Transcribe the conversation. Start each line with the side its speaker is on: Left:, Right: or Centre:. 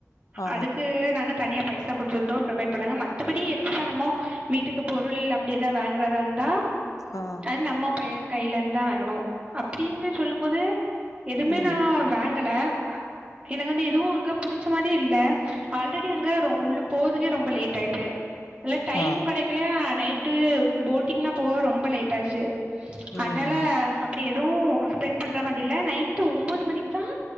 Left: ஆ
Right: அதுக்கு நாங்க தனியா பைசா குடுத்துருந்தோ புரொவைட் பண்ணாங்க மத்தபடி எக்ஸ்ட்ரா நம்மோ வீட்டுக்கு பொருள் அப்பிடி எதாவது வாங்கறதா இருந்தா
Left: ஆ
Right: அது நம்ம பைய கைலேந்தா வாங்கணு அப் ப்டின்னு சொல்லும் போது எதுவ்மே
Left: ம்
Right: நா வாங் கல அ எனக்கு வந்து எதுவு அங்க புடிச்ச மாதிரி இல்ல ஆல்ரெடி அங்க போகுதுக்கே ரொம்ப லேட் ஆயிட்டு அல்ல டைமும்
Left: ஆ
Right: கிடைக்கலையா நைட் விட்டு போட்டிங்லாம் போவ ரொம்ப லேட் ஆச்சு
Left: ம்
Right: அதனால
Left: ம்
Right: அப்படி எதுவும் ஸ்பெண்ட் பண்ணற மாதிர இல் நைட்டு ஒம்பது மணிக்கு தான்